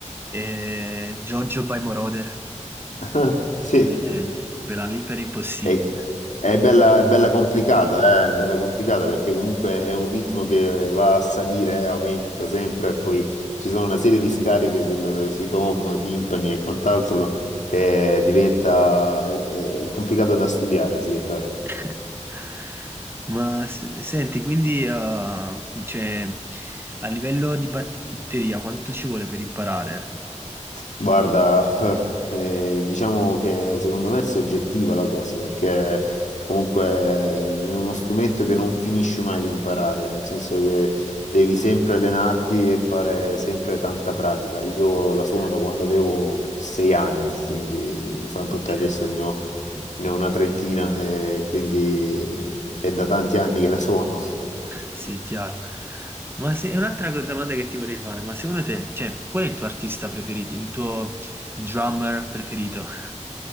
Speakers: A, on the right (about 20°); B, on the left (about 75°).
A: eh, Jojo by Moroder.
B: <laughs> Sì,
A: Eh, quella lì per impossibile.
B: è, è bella, è bella complicata, eh, È bella complicata perché comunque è un ritmo che va a salire, eh, aumenta sempre e poi ci sono una serie di scariche sul- sui tom, timpani e quant'altro che diventa è- è complicata da studiare, sì, è vero.
A: <laughs> Ma s- senti, quindi ah, cioè, a livello di batteria, quanto ci vuole per imparare?
B: Guarda, eh, eh, diciamo che secondo me è soggettiva la cosa, perché comunque è uno strumento che non finisci mai di imparare, nel senso che devi sempre allenarti e fare sempre tanta pratica. Io la
A: Sì.
B: suono da quando avevo sei anni, quindi fa un po'
A: Ok,
B: te adesso
A: no.
B: ne ho,
A: Sì.
B: ne ho una trentina, e quindi è da tanti anni che la suono.
A: Sì, chiaro. Ma se, è un'altra co- domanda che ti vorrei fare, ma secondo te, cioè, qual è il tuo artista preferito, il tuo drummer preferito? <laughs>